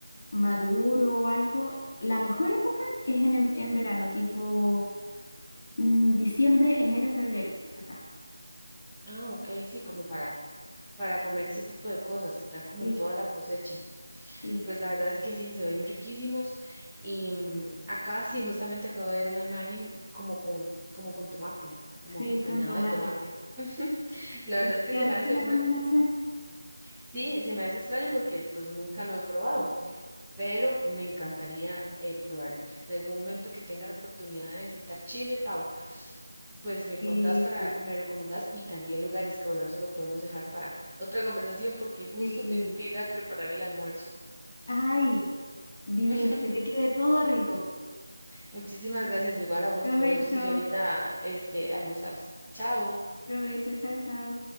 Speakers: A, on the left; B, in the centre.
A: maduro o algo, la mejor época es en, en- en verano, tipo mm, diciembre, enero, febrero, acá.
B: Ah, ok, sí, como para, para comer ese tipo de cosas, están como
A: Sí,
B: en toda la cosecha.
A: sí,
B: Pues la verdad es que sí, se ven riquísimos. Y mm, acá sí, justamente acabo de ver una imagen como con, como con tomate, como
A: Sí,
B: acompañado
A: con tomate.
B: de tomate. <laughs> La verdad
A: Es que
B: es que
A: queda
B: se
A: rica
B: me hace
A: la
B: una,
A: combinación.
B: sí, se me hace extraño porque pues nunca lo he probado, pero me encantaría eh, probarlo. En algún momento que tenga la oportunidad de visitar Chile, Pau, pues me contás
A: Sí,
B: para, me recomendás y también lugares que bueno, eso lo podemos dejar para otra conversación porque justo
A: sí.
B: tengo que ir a preparar el almuerzo.
A: Ay, divino,
B: <laughs>
A: que te quede todo rico.
B: Muchísimas gracias. Igual a vos,
A: Provecho,
B: provechos y yo ahorita este almorzar. Chao.
A: provecho, chao, chao.